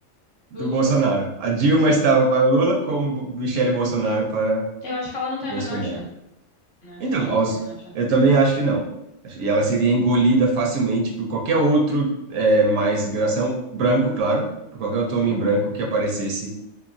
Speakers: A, on the right; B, on the left.
A: do
B: do Lula.
A: Bolsonaro. A Dilma
B: Sim.
A: estava para Lula, como Bo- Michele Bolsonaro para
B: Eu acho que ela não tem
A: Bolsonaro.
B: a menor chance. Eu acho
A: Então,
B: que ela não
A: aos,
B: tem a menor chance.
A: eu também acho que não. E ela seria engolida facilmente por qualquer outro eh, mais gração, branco, claro, por qualquer outro
B: Sim,
A: homem branco que aparecesse